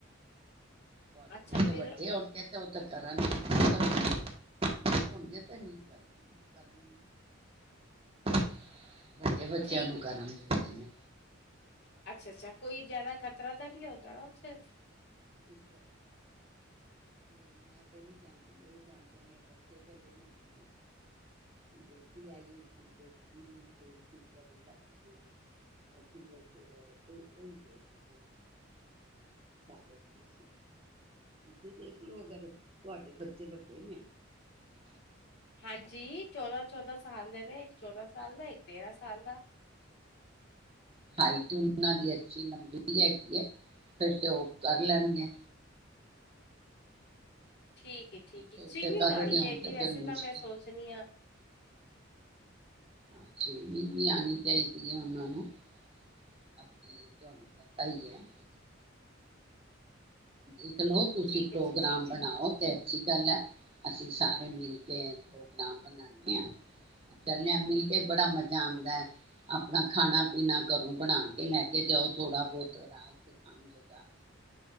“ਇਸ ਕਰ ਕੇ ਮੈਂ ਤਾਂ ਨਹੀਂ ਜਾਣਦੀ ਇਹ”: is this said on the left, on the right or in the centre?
Right